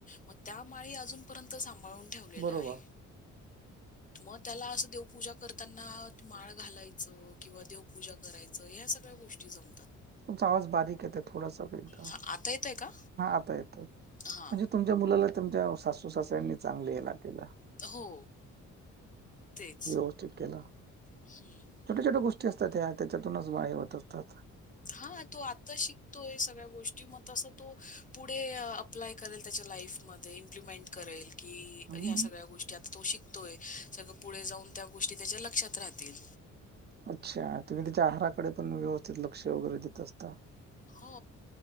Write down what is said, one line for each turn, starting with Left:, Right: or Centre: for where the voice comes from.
Left: मग त्या माळी अजून पर्यंत सांभाळून ठेवलेलं
Right: बरोबर
Left: आहे मग त्याला असं देवपूजा करताना माळ घालायचं किंवा देवपूजा करायचं ह्या सगळ्या गोष्टी जमतात
Right: तुमचा आवाज बारीक येते थोडासादा
Left: हा आता येत आहे का
Right: हा आता येत म्हणजे
Left: हा
Right: तुमच्या मुलाला तुमच्या सासू सासऱ्यांनी चांगले हे ला केला
Left: हो तेच
Right: उपस्थित केला
Left: ह्
Right: छोट्या छोट्या गोष्टी असतात ह्या त्याच्यातूनच वाढवत असतात
Left: हा तो आता शिकतोय सगळ्या गोष्टी मग तसं तो पुढे प्लाय करे त्याच्या लाईफ म इम्प्लिमेंट करेल की
Right: हम्म,
Left: ह सगळ्या गोष्टी तो शिकतोय सगळं पुढे जाऊन त्या गोष्टी त्याच्या लक्षात राहतील
Right: अच्छा तुम्ही त्याच्या आहाराकडे पण व्यवस्थित लक्ष वगैरे देत असता.
Left: हो